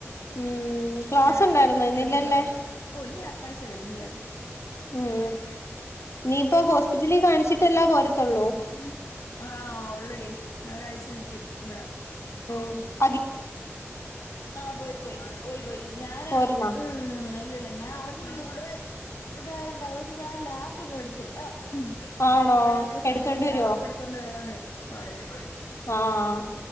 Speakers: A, on the left; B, on the left.
A: ഉം ക്ലാസ്
B: ഞങ്ങളെ
A: ഉണ്ടായിരുന്നോ
B: കഴിച്ചിട്ടു
A: ഇന്നില്ലല്ലേ
B: വടെ ഇരിക്കുവാ ഓഹ് ഇഞായറാഴ്ച്ചാല്ലെ ഇന്നില്ലന്ന്.
A: ഉം
B: ഇങ്ങക്കെ
A: ഇനിയിപ്പോ ഹോസ്പിറ്റലിൽ കാണിച്ചിട്ടല്ലാ പോരത്തൊള്ളൂ.
B: <unintelligible> ആഹ് ഓൾറെഡി ഞാ ഒരാഴ്ച നിക്കും ഇവടെ
A: ഉ
B: ആഹ് പോയി പോയി പോയി പോയി ഞാന്
A: പോരുന്നോ
B: ഉം ഉം ഇല്ലല്ല ഞാൻ അറിഞ്ഞില്ല ഇത്രേ ഇതായോണ്ട് അതൊണ്ട് ഞാൻ ലാപൊന്നും എട്ത്തില്ല.
A: ആണോ
B: അപ്പൊ അവനവടെ ചെന്ന്ട്ട്
A: എടുത്തോണ്ട് വരുവോ
B: ലാപ്പെട്ത്തൊണ്ട് വരാന്ന് പർഞ്ഞേ
A: ആഹ്